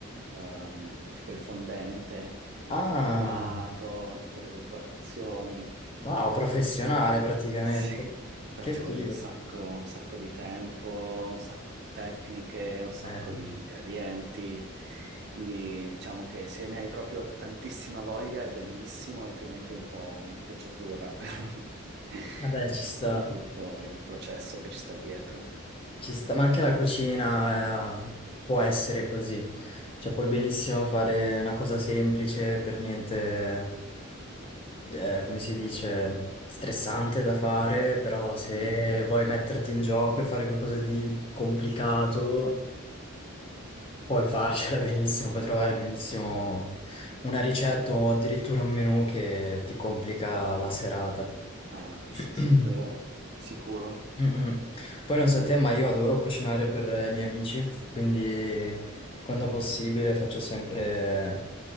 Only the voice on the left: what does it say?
Ah,
wow, professionale praticamente.
Che
figo.
Eh,
vabbè, ci
sta,
ci sta, ma anche la cucina, eh, può essere così. Cioè, puoi benissimo fare una cosa semplice, per niente eh, come si dice, stressante da fare, però se
vuoi metterti in gioco e fare qualcosa di complicato, puoi farcela <laughs> benissimo, puoi trovare benissimo una ricetta o addirittura un menù che ti complica la serata.
<clears throat>
Mm-mm. Poi non so te, ma io adoro cucinare per i miei amici, quindi
quando possibile faccio sempre